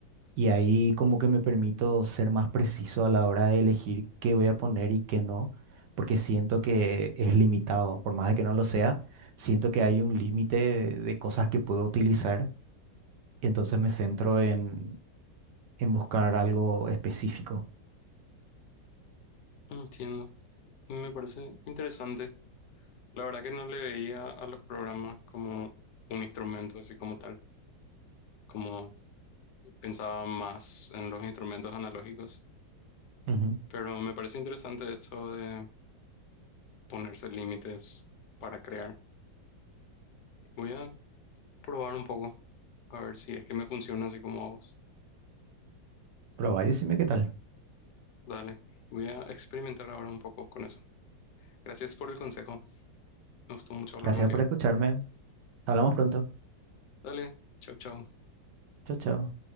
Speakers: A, on the right (about 70°); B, on the left (about 70°).
A: Y ahí como que me permito ser más preciso a la hora de elegir qué voy a poner y qué no, porque siento que es limitado, por más de que no lo sea, siento que hay un límite de cosas que puedo utilizar, entonces me centro en, en buscar algo específico.
B: entiendo. Me parece interesante. La verdad que no le veía a los programas como un instrumento así como tal, como pensaba más en los instrumentos analógicos,
A: Ujú.
B: pero me parece interesante eso de ponerse límites para crear. Voy a probar un poco, a ver si es que me funciona así como a vos.
A: Probá y decime qué tal.
B: Dale, voy a experimentar ahora un poco con eso. Gracias por el consejo, me gustó mucho hablar
A: Gracias
B: contigo.
A: por escucharme. Hablamos pronto.
B: Dale, chau, chau.
A: Chao, chao.